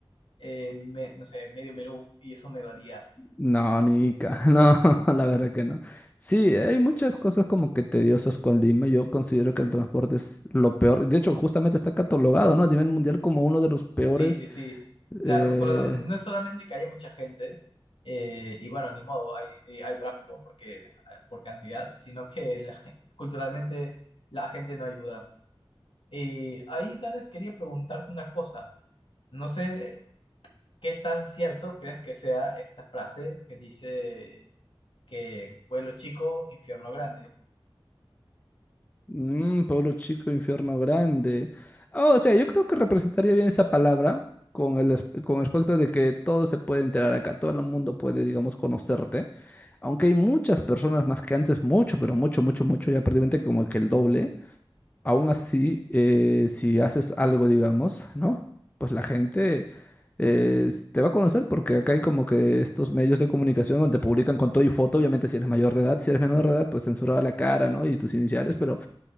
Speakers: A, on the left; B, on the left.
A: eh, me- no sé, medio menú y eso me dolía.
B: No, Nica, <laughs> no, la verdad que no. Sí, hay muchas cosas como que tediosas con Lima. Yo considero que el transporte es lo peor. De hecho, justamente está catalogado, ¿no? A nivel mundial como uno de los peores.
A: Sí, sí, sí, claro,
B: Eh,
A: pero no es solamente que haya mucha gente, eh, y bueno, ni modo, hay, eh, hay tráfico porque, ah, por cantidad, sino que la gen- culturalmente la gente no ayuda. Y ahí tal vez quería preguntarte una cosa, no sé qué tan cierto crees que sea esta frase que dice que pueblo chico, infierno grande.
B: mm, pueblo chico, infierno grande. Ah, o sea, yo creo que representaría bien esa palabra con el, as- con el aspecto de que todo se puede enterar acá, todo el mundo puede, digamos, conocerte. Aunque hay muchas personas más que antes, mucho, pero mucho, mucho, mucho, ya prácticamente como que el doble Aún así, eh, si haces algo, digamos, ¿no? Pues la gente eh, s- te va a conocer porque acá hay como que estos medios de comunicación donde publican con todo y foto, obviamente si eres mayor de edad, si eres menor de edad, pues censurada la cara, ¿no? Y tus iniciales, pero